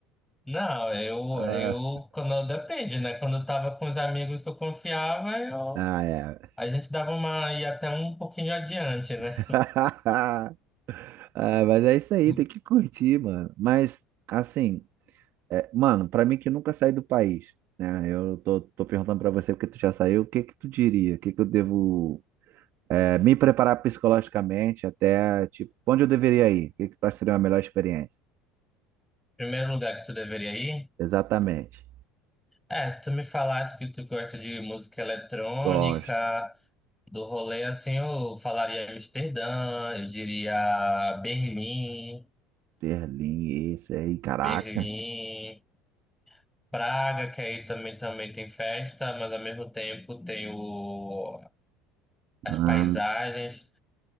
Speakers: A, in the centre; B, on the right (about 50°).
A: Não, eu,
B: Ah,
A: eu, quando, depende, né? Quando eu tava com os amigos que eu confiava, eu,
B: ah, é.
A: a gente dava uma, ia até um pouquinho adiante, né?
B: <laughs> Ah, mas é isso aí,
A: <laughs>
B: tem que curtir, mano. Mas, assim. É, mano, pra mim que nunca saí do país, né? Eu tô, tô perguntando pra você porque tu já saiu, o que que tu diria? O que que eu devo é, me preparar psicologicamente até, tipo, onde eu deveria ir? O que que tu acha que seria uma melhor experiência?
A: Primeiro lugar que tu deveria ir?
B: Exatamente.
A: É, se tu me falasse que tu gosta de música eletrônica,
B: Gosto.
A: do rolê assim, eu falaria Amsterdã, eu diria Berlim,
B: Berlim, esse aí, caraca.
A: Berlim, Praga, que aí também, também tem festa, mas ao mesmo tempo tem o, as
B: Ah,
A: paisagens,